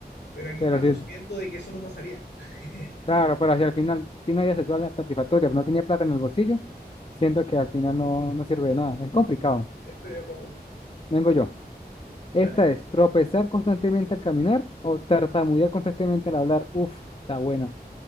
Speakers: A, on the left; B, on the left.
A: Pero aquí
B: Pero
A: estamos
B: sí,
A: asumiendo de que eso no pasaría. <laughs>
B: claro, pero si al final tiene una vida sexual satisfactoria, pero no tiene plata en el bolsillo, siento que al final no, no sirve de nada. Es complicado.
A: Estoy, estoy de acuerdo.
B: Vengo yo.
A: Dale.
B: Esta es tropezar constantemente al caminar o tartamudear constantemente al hablar. Uf, está buena.